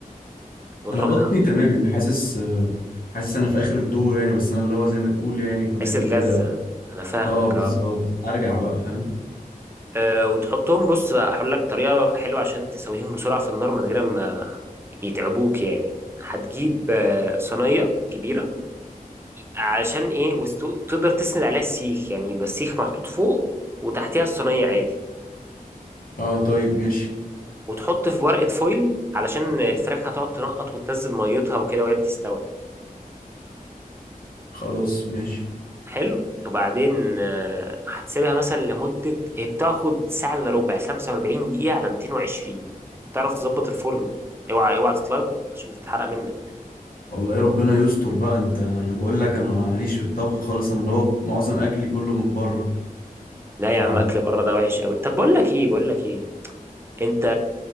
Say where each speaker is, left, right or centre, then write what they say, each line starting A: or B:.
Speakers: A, on the right; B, on the left.
A: وتروح
B: انا بطني تمام يعني حاسس آه، حاسس انا في اخر الدور يعني بس انا اللي هو زي ما تقول يعني فاضل
A: حتة
B: لي
A: غزة
B: كده
A: أنا فاهمك
B: اه بالظبط
A: أه
B: ارجع بقى فاهم
A: آه، وتحطهم بص بقى هقول لك طريقة حلوة عشان تسويهم بسرعة في النار من غير ما يتعبوك يعني هتجيب آه، صينية كبيرة عشان إيه وتقدر تسند عليها السيخ يعني يبقى السيخ محطوط فوق وتحتها الصينية عادي
B: اه طيب ماشي
A: وتحط في ورقة فويل علشان الفراخ هتقعد تنقط وتنزل ميتها وكده وهي بتستوي
B: خلاص ماشي
A: حلو وبعدين آه، هتسيبها مثلا لمدة هي بتاخد ساعة إلا ربع 45 دقيقة على 220 تعرف تظبط الفرن اوعى اوعى تتلخبط عشان تتحرق منك
B: والله ربنا يستر بقى انت انا بقول لك انا ماليش في الطبخ خالص انا دوت معظم اكلي كله من بره
A: لا
B: ف
A: يا عم اكل بره ده وحش قوي طب بقول لك ايه بقول لك ايه انت